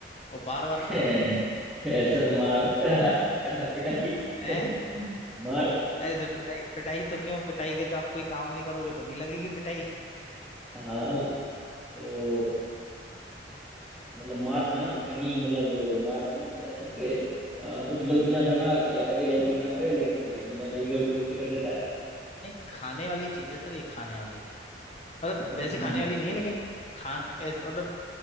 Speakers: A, on the left (about 35°); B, in the centre.
A: और बार बार
B: <laughs>
A: खाता है
B: सर मार <laughs> पिटाई
A: हैं
B: <laughs> मार
A: ऐसे पिटाई पिटाई तो क्यों पिटाई के तो आप कोई काम नहीं करोगे तो नहीं लगेगी पिटाई
B: हाँ तो मतलब मार खाना कहीं मतलब वो मार मतलब इन द सेंस के अ, कुछ गलतियां करना आदमी चाहता है कि गलती ना करे लेकिन फिर कभी ना कभी गल, गलती कर देता है
A: नहीं खाने वाली चीज है सर ये खाने वाली मतलब
B: अच्छा
A: वैसे
B: खाना
A: खाने वाली नहीं है लेकिन खान ऐस- मतलब